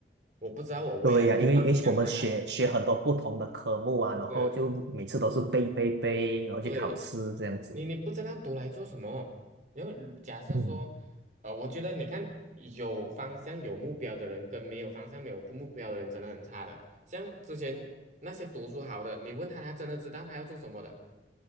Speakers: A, on the right; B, on the right.
A: 我不知道我未来的方向在哪里。
B: 对呀、因为因为我们学学很多不同的科目啊，然后就每次都是背背背，
A: 对
B: 然后去考试这样子。
A: 对，你你不知道读来做什么？然后假设说，
B: 嗯，
A: 呃，我觉得你看有方向有目标的人跟没有方向没有不目标的人真的很差的。像之前那些读书好的，你问他，他真的知道他要做什么的，